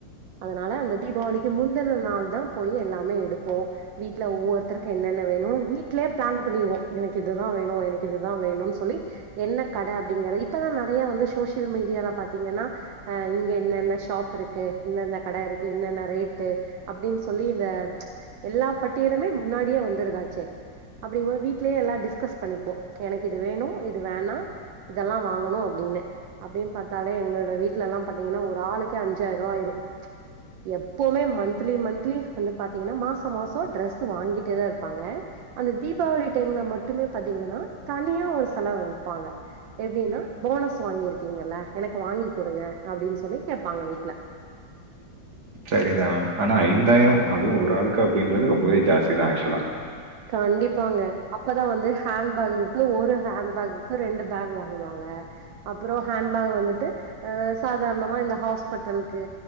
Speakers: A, on the right (about 85°); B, on the right (about 60°).
A: அதனால அந்த தீபாவளிக்கு முந்தன நாள் தா போய் எல்லாமே எடுப்போ வீட்ல ஒவ்வொருத்ருக்கு என்னென்ன வேணு வீட்லயே பிளான் பண்ணிருவோ எனக்கு இதுதா வேணு எனக்கு இதுதா வேணுன் சொல்லி என்ன கட அப்டிங்ற இப்பதா நெறைய வந்து சோசியல் மீடியால பாத்தீங்கன்னா ஆ இங்க என்னென்ன ஷாப் இர் க்கு இந்தந்த கட இருக்கு இன்னென்ன ரேட்டு அப்டின் சொல்லி இந்த எல்லா பட்டியலுமே முன்னாடியே வந்துருதாச்சே அப்டிங் போ வீட்லயே எல்லா டிஸ்கஸ் பண்ணிப்போ எனக்கு இது வேணு இது வேணா இதெல்லா வாங்கணு அப்டின்னு அப்டின் பாத்தாலே எங்ளோட வீட்லெல்லா பாத்தீங்கன்னா ஒரு ஆளுக்கே அஞ் சாயிர்வா ஆயிரு எப்பவ்மே மன்த்லி மன்த்லி வந்து பாத்தீங்னா மாசோ மாசோ ட்ரெஸ் வாங்கிட்டே தா இருப்பாங்க அந்த தீபாவளி டைம்ல மட்டுமே பாத்தீங்கன்னா தனியா ஒரு செலவு வெப்பாங்க எப்டின்னா போனஸ் வாங்கிருக்கீங்கல்ல எனக்கு வாங்கி கொடுங்க அப்டின் சொல்லி கேப்பாங்க வீட் ல
B: சரிதா மேம் ஆனா ஐந்தாயிரம் அதுவ் ஒரு ஆளுக்கு அப்டின்றது ரொம்பவே ஜாஸ்தி தா ஆக்சுலா
A: கண்டிப்பாங்க அப்பதா வந்து ஹேண்ட் பேகுக்கு ஒரு ஹேண்ட பேகுக்கு ரெண்டு பேக் வாங்குவாங்க அப்பறோ ஹேண்ட்பேக் வந்துட்டு அ சாதாரணமா இந்த ஹாஸ்பெட்டல்க்கு